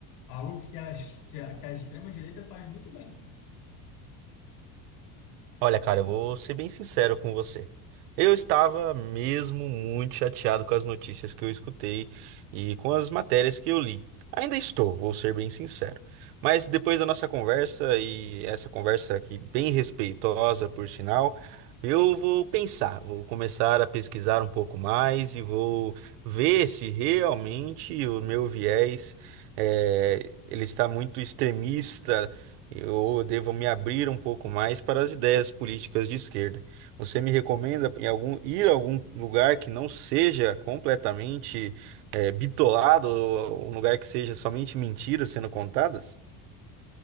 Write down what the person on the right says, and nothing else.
Olha, cara, eu vou ser bem sincero com você. Eu estava mesmo muito chateado com as notícias que eu escutei e com as matérias que eu li. Ainda estou, vou ser bem sincero. Mas depois da nossa conversa, e essa conversa aqui bem respeitosa, por sinal, eu vou pensar, vou começar a pesquisar um pouco mais e vou ver se realmente o meu viés, eh, ele está muito extremista eu devo me abrir um pouco mais para as ideias políticas de esquerda. Você me recomenda em algum, ir a algum lugar que não seja completamente eh, bitolado, ou um lugar que seja somente mentiras sendo contadas?